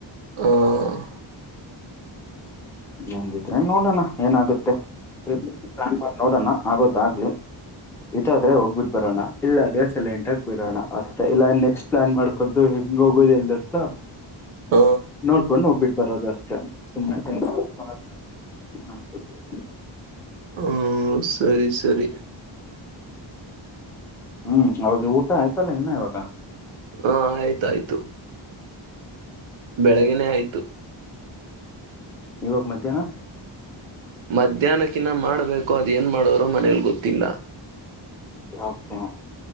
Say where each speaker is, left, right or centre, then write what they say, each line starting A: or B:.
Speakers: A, on the right (about 75°); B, in the centre.
A: ಹ್ಮ.
B: ಅಂಗಿದ್ರೆ ನೋಡೋಣ ಏನಾಗುತ್ತೆ ಟ್ರಿಪ್ ಪ್ಲಾನ್ ಮಾಡ ನೋಡೋಣ ಆಗೋದಾಗ್ಲಿ. ಇದಾದ್ರೆ ಹೋಗ್ ಬಿಟ್ಟ ಬರೋಣ ಇಲ್ಲ ಅಂದ್ರೆ ಸೈಲೆಂಟ್ ಆಗಿ ಬಿಡೋಣ ಅಷ್ಟೆ ಇಲ್ಲ ನೆಕ್ಸ್ಟ್ ಪ್ಲಾನ್ ಮಾಡ್ ಕೊದು ಹೆಂಗ ಹೋಗೋದ ಇಲ್ಲಾಂತ
A: ಹ
B: ನೋಡ್ಕೊಂಡ ಹೋಗ್ಬಿಟ್ಟ ಬರೋದ ಟ ಸುಮ್ನೆ ಟೈಮ್ ಪಾಸ್ <unintelligible>
A: ಹ್ಮ ಸರಿ ಸರಿ.
B: ಹ್ಮ ಅವಾಗೆ ಊಟ ಆಯ್ತಲ್ಲ ಇನ್ನ ಇವಾಗ
A: ಹಾ ಆಯ್ತಾಯ್ತು. ಬೆಳೆಗ್ಗೆನೆ ಆಯ್ತು.
B: ಇವಾಗ್ ಮಧ್ಯಾಹ್ನ
A: ಮಧ್ಯಾಹ್ನಕ್ಕಿನ್ನ ಮಾಡ್ಬೇಕೋ ಅದ ಏನ್ ಮಾಡೋರೋ ಮನೇಲಿ ಗೊತ್ತಿಲ್ಲ.
B: ಓಕೆ